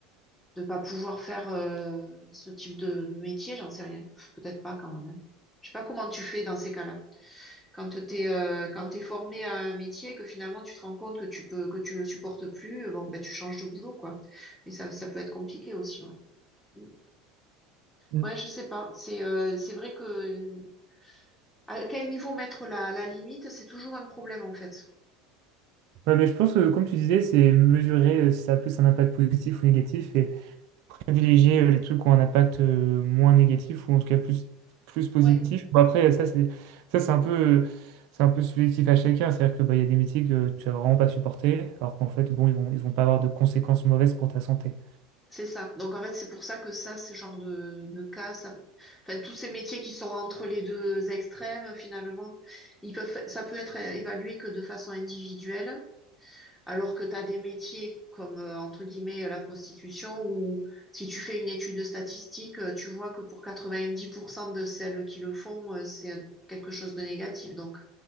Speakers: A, in the centre; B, on the right.
A: de pas pouvoir faire euh, ce type de de métier, j'en sais rien. Peut-être pas quand même. hein. Je sais pas comment tu fais dans ces cas-là. Quand t'es euh, quand t'es formé à un métier, que finalement tu te rends compte que tu peux que tu le supportes plus, euh, bon ben tu changes de boulot quoi. Mais ça ça peut être compliqué aussi. Ouais, Mm.
B: Mm.
A: ouais je sais pas. C'est euh, c'est vrai que euh, à quel niveau mettre la la limite, c'est toujours un problème en fait.
B: Ouais, mais je pense que, comme tu disais, c'est mesurer euh, si ça a plus un impact positif ou négatif et privilégier euh, les trucs qui ont un impact euh, moins négatif ou en tout cas plus, plus positif.
A: Ouais,
B: Bon, après, ça, c'est ça, c'est un peu, euh, c'est un peu subjectif à chacun. C'est-à-dire que, bah, il y a des métiers que tu vas vraiment pas supporter, alors qu'en fait, bon, ils vont, ils vont pas avoir de conséquences mauvaises pour ta santé.
A: c'est ça. Donc en fait c'est pour ça que ça ce genre de de cas, ça, enfin tous ces métiers qui sont entre les deux extrêmes finalement, ils peuvent ça peut être évalué que de façon individuelle. Alors que tu as des métiers comme, euh, entre guillemets, la prostitution, où si tu fais une étude de statistique, euh, tu vois que pour 90% de celles qui le font, euh, c'est quelque chose de négatif. Donc,